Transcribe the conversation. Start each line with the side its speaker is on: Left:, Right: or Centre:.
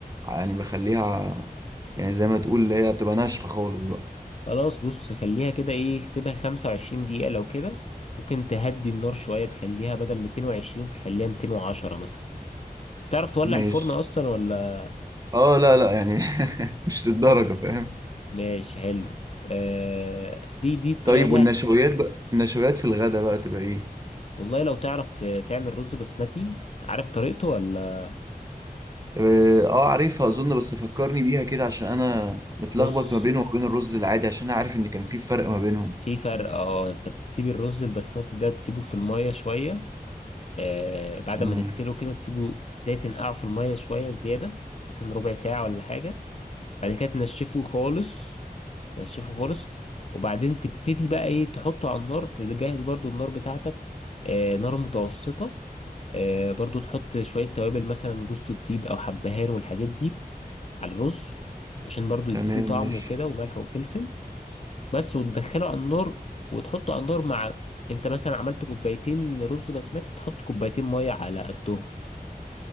Right: يعني بخليها يعني زي ما تقول اللي هي بتبقى ناشفة خالص بقى
Left: خلاص بص خليها كده ايه سيبها 25 دقيقة لو كده ممكن تهدي النار شوية تخليها بدل 220 تخليها 210 مثلا تعرف تولع
Right: ماشي
Left: الفرن اصلا ولا
Right: اه لا لا يعني <laughs> مش للدرجة فاهم
Left: ماشي حلو آه دي دي الطريقة
Right: طيب
Left: دي
Right: والنشويات
Left: هت...
Right: بقى النشويات في الغدا بقى تبقى ايه
Left: والله لو تعرف ت... تعمل رز بسمتي عارف طريقته ولا
Right: اه آه، عارفها اظن بس فكرني بيها كده عشان انا متلخبط
Left: بص
Right: ما بينه وما بين الرز العادي عشان انا عارف ان كان في فرق ما بينهم
Left: في فرق اه انت بتسيب الرز البسمتي ده تسيبه في المية شوية آه بعد
Right: تمام
Left: ما تغسله كده تسيبه زي تنقعه في المية شوية زيادة مثلا ربع ساعة ولا حاجة بعد كده تنشفه خالص تنشفه خالص وبعدين تبتدي بقى ايه تحطه على النار تجهز برضو النار بتاعتك آه نار متوسطة آه برضو تحط شوية توابل مثلا جوز الطيب او حبهان والحاجات دي على الرز عشان برضو
Right: تمام
Left: يديله طعم
Right: ماشي
Left: وكده وملح وفلفل بس وتدخله على النار وتحطه على النار مع انت مثلا عملت كوبايتين رز بسمتي تحط كوبايتين مية على قدهم